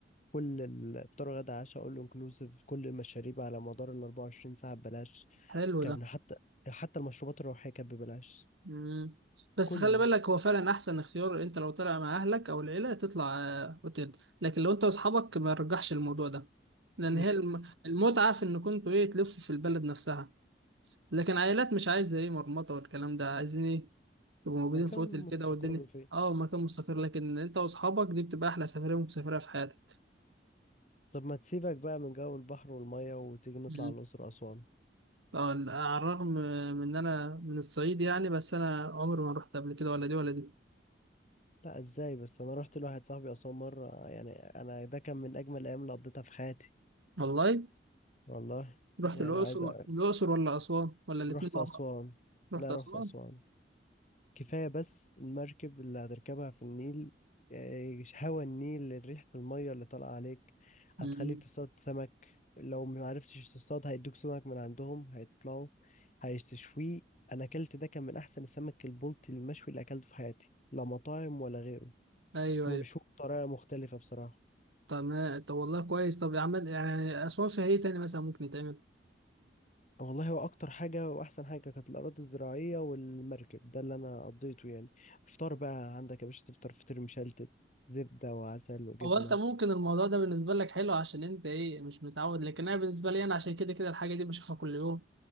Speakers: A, on the left; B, on the right.
A: كل الافطار وغدا عشاء اول انكلوسيف كل المشاريب على مدار ال 24 ساعة ببلاش
B: حلو
A: كان
B: ده
A: حتى حتى المشروبات الروحية كانت ببلاش
B: مم. بس
A: كله
B: خلي بالك هو فعلا احسن اختيار انت لو طلع مع اهلك او العيله تطلع آه، اوتيل لكن لو انت واصحابك ما رجحش الموضوع ده لان
A: مست...
B: هي الم- المتعه في ان كنتوا ايه تلفوا في البلد نفسها لكن عائلات مش عايزه ايه مرمطه والكلام ده عايزين ايه تبقوا موجودين
A: مكان
B: في اوتيل كده
A: مستقر
B: والدنيا
A: فيه
B: اه مكان مستقر لكن انت واصحابك دي بتبقى احلى سفريه ممكن تسافرها في حياتك
A: طب ما تسيبك بقى من جو البحر والمية وتيجي نطلع
B: مم.
A: على الأقصر وأسوان
B: طبعا على الرغم من ان انا من الصعيد يعني بس انا عمري ما رحت قبل كده ولا دي ولا دي
A: لا ازاي بس انا رحت لواحد صاحبي أسوان مرة يعني انا ده كان من اجمل الايام اللي قضيتها في حياتي
B: والله
A: والله
B: رحت
A: يعني
B: الاقصر
A: عايز اقول
B: الاقصر
A: لك
B: ولا اسوان ولا الاتنين
A: رحت
B: مع
A: أسوان
B: بعض رحت
A: لا
B: اسوان
A: رحت أسوان كفاية بس المركب اللي هتركبها في النيل آه، هوا النيل ريحة المية اللي طالعة عليك
B: مم.
A: هتخليك تصطاد سمك لو ما عرفتش تصطاد هيدوك سمك من عندهم هيطلعوا هيشتشويه أنا أكلت ده كان من أحسن السمك البلطي المشوي اللي أكلته في حياتي لا مطاعم ولا غيره
B: ايوه
A: هما
B: ايوه
A: بيشوفوا بطريقة مختلفة بصراحة
B: تمام طب والله كويس طب يا عم يعني اسوان فيها ايه تاني مثلا ممكن يتعمل
A: والله هو أكتر حاجة وأحسن حاجة كانت الأراضي الزراعية والمركب ده اللي أنا قضيته يعني فطار بقى عندك يا باشا تفطر فطير مشلتت زبدة وعسل وجبنة
B: هو انت ممكن الموضوع ده بالنسبه لك حلو عشان انت ايه مش متعود لكن انا بالنسبه لي انا عشان كده كده الحاجه دي بشوفها كل يوم